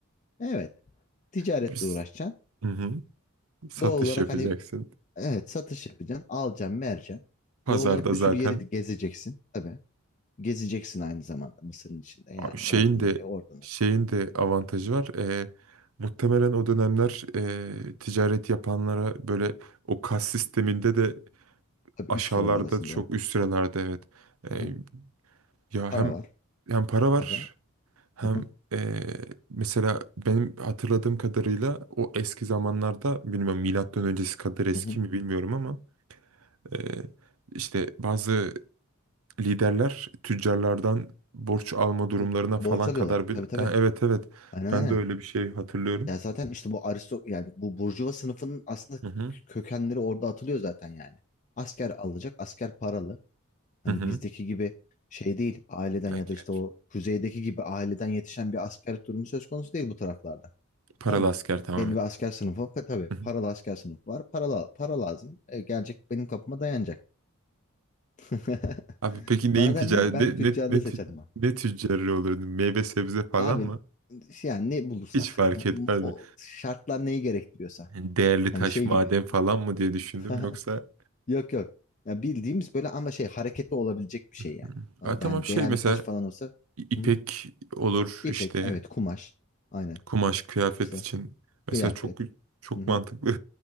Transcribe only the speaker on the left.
Evet. Ticaretle
uğraşacaksın.
Doğal olarak
hani evet satış yapacaksın. Alacaksın, vereceksin.
Doğal olarak bir
sürü yeri de gezeceksin. Tabii. Gezeceksin aynı zamanda Mısır'ın içinde. Yani
oradan
oraya, oradan oraya.
Tabii
üst sıralardasın
biraz.
Aha.
Para
var.
Aga.
Aha.
Hı hı.
Tabii.
Borç alıyorlar.
Tabii tabii.
Aynen
aynen.
Ya zaten işte bu aristo yani bu burjuva sınıfının aslında
kökenleri orada atılıyor zaten yani. Asker alacak, asker paralı. Hani
bizdeki gibi şey değil, aileden
ya
da işte o kuzeydeki gibi aileden yetişen bir askerlik durumu söz konusu değil bu taraflarda.
Tamam mı?
Belli bir asker sınıfı pa- tabii
paralı asker sınıfı var. Para, para lazım. E, gelecek benim kapıma dayanacak. <laughs>
O nedenle
ben
tüccarlığı
seçerdim ha.
Abi
şey, yani ne bulursak
o
şartlar neyi gerektiriyorsa
hani
şey
gibi.
<laughs>
Yok yok. Ya bildiğimiz böyle ama şey hareketli olabilecek bir şey
yani.
Yani
değerli
taş falan olsa
hı hı.
İpek
evet kumaş aynen
İşte
kıyafet
hı hı.